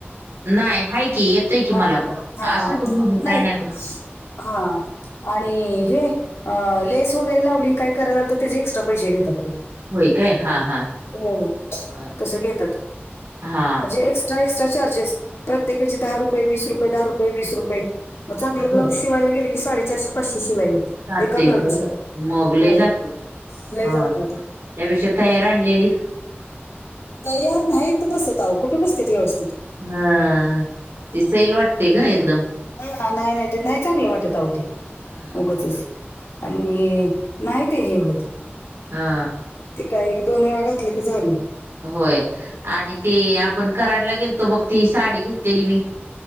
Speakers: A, on the right; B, on the left.
A: नाय हाय की एतुय की
B: हा
A: मला पण
B: हा
A: असूदे इउदे
B: नाही
A: काय व्हत.
B: हा. आणि हे लेस वगैरे लावली काय करायलाल तर त्याचे एक्स्ट्रा पैशे घेतात ते.
A: व्हय काय हा हा.
B: हो
A: बर.
B: तस घेतात
A: हा
B: म्हणजे ए क्स्ट्रा चार्जेस प्रत्यकाचे दहा रुपये, वीस रुपये, दहा रुये, वीस रुपये मंग चांगले
A: होय
B: ब्लाउज शिवांयला गेले की साडेचारशे पांचशे शिवाई होती.
A: जाते.
B: एका ब्लाऊजची
A: होयं मंगलही
B: हो
A: जातं
B: लय
A: हां...
B: जाते ते
A: यांपेक्षा तयांर आणलेली
B: तयार नाहीतं बसतं आहे कुंठे बसते व्यवस्थित
A: हां ती सैल वाटते कां एकदंम.
B: हां नाहीं नाहीं ते नाहीं चांगलं वाटतं आहेती
A: हा
B: उगचंच आणि. नाहीं ते हे होतं
A: हा
B: ते कायं एक दोन वेळां घातलं की झालं.
A: होयं आणि ते आपणं करांडला गेलतो बघं ती सांडी घेतलेली मी.